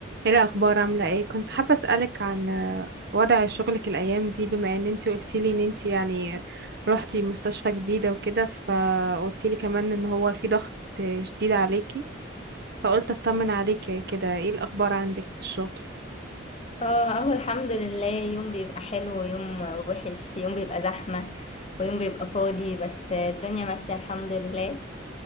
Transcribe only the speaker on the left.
اه اهو الحمد لله يوم بيبقى حلو ويوم وحش يوم بيبقى زحمة ويوم بيبقى فاضي بس الدنيا ماشية الحمد لله